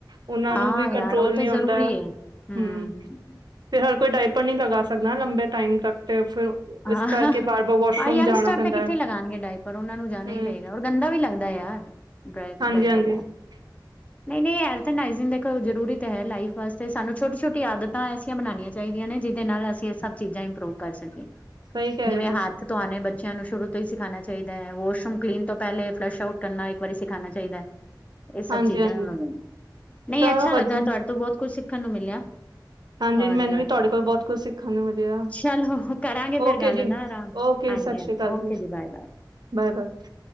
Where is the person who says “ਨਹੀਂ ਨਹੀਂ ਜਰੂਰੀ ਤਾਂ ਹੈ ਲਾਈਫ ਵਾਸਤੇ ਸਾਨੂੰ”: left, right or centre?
Left